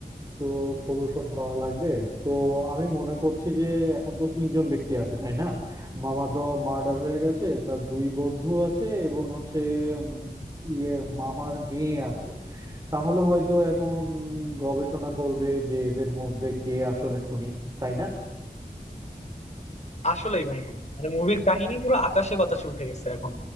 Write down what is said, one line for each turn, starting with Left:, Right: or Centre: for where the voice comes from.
Right: তো সলিউশন করা লাগবে তো আমি মনে করছি যে এখন তো তিনজন ব্যক্তি আছে তাই না মামা তো মার্ডার হয়ে গেছে তার দুই বন্ধু আছে এবং হচ্ছে উম, ইয়ে মামার মেয়ে আছে তাহলে হয়তো এখন গবেষণা করবে যে এদের মধ্যে কে আসলে খুনি তাই না
Left: আসলেই বন্ধু মানে মুভির কাহিনী পুরো আকাশে বাতাসে উঠে গেছে এখন